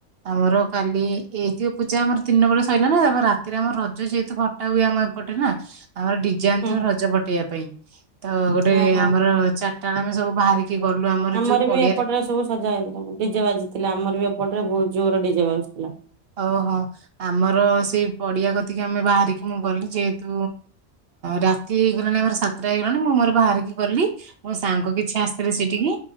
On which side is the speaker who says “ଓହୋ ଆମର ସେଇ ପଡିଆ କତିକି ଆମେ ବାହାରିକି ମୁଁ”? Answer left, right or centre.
Right